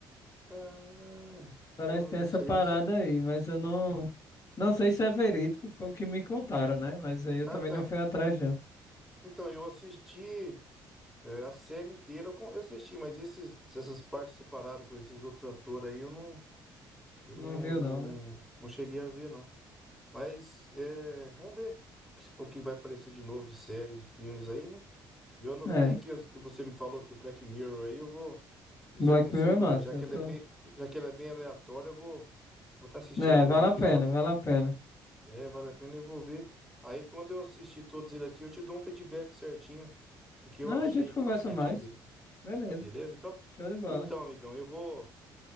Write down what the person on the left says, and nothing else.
Parece
que tem essa
parada
aí, mas eu não, não sei se é verídico, foi o que me contaram, né? Mas aí eu
também
não fui atrás, não.
Não
viu,
não, né?
É,
Black
Mirror é massa,
eu
tô...
É,
vale
a pena, vale
a pena.
Não,
a gente
conversa
mais.
Beleza,
show de bola,